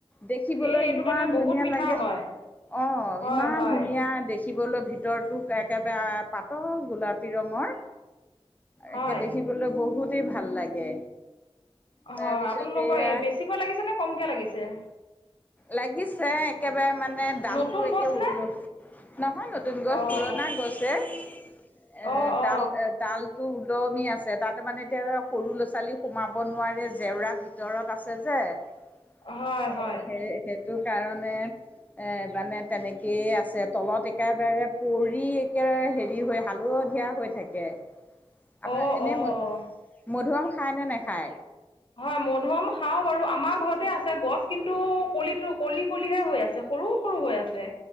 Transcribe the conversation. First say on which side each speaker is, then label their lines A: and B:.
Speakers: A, on the left; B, on the left.
A: দেখিবলৈ
B: এই এইটো
A: ইমান
B: তেনে বহুত
A: ধুনীয়া
B: মিঠা
A: লাগে
B: হয়
A: অ
B: হয়
A: ইমান
B: হয়
A: ধুনীয়া দেখি দেখিবলৌ ভিতৰতোএকেবাৰে পাতল গোলাপী ৰঙৰ
B: হয়
A: একে দেখিবলৈ বহুতেই ভাল লাগে তাৰপিছত
B: হয় আপোনালোকৰ
A: এয়া
B: এ বেছিকৈ লাগিছে নে কমকে লাগিছে
A: লাগিছে একেবাৰে মানে ডালতো
B: নতুন
A: একে
B: গছনে
A: লো নহয় নতুন গছ
B: অঁ
A: পুৰণা গছে এ
B: অঁ
A: ডাল
B: অঁ
A: ডাল ত উলমি আছে তাতে মানে এতিয়া সৰু ল'ৰা ছোৱালী সোমাব নোৱাৰে জেওৰা ভিতৰত আছে যে <unintelligible>
B: হয় হয়।
A: সে সেইটো কাৰণে এ মানে তেনেকেই আছে তলত একেবাৰে পৰি একোৰে হেৰি হৈ হালধীয়া হৈ থাকে আপোনাৰ
B: অঁ
A: এনেই
B: অঁ
A: ম মধুৰিআম খায় নে নেখায়
B: হয় মধুৰি আম খাওঁ বাৰু আমাৰ ঘৰতে আছে গছ কিন্তু কলিটো কলি কলিহে হৈ আছে সৰু সৰু হৈ আছে